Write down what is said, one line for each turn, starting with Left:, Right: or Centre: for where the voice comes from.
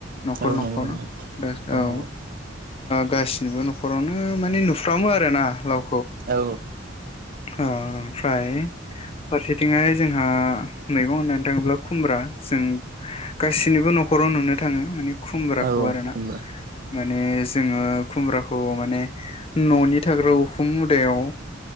Left: न'खर
Right: औ
Left: न'खर
Right: नंगौ नंगौ
Left: औ।
Right: औ
Left: ओ
Right: नंगौ
Left: गासिनिबो न'खरावनो माने नुफ्रामो आरो ना लाव
Right: औ।
Left: ओ ओमफ्राय फारसेथिंहाय जोंहा मैगं होननानै थांङोब्ला खुमब्रा जों गासिनिबो न'खराव नुनो थाङो माने खुमब्राखौ
Right: औ
Left: आरोना
Right: खुमब्रा
Left: माने जोङो खुमब्राखौ माने न'नि थाग्रा उखुम मुदायाव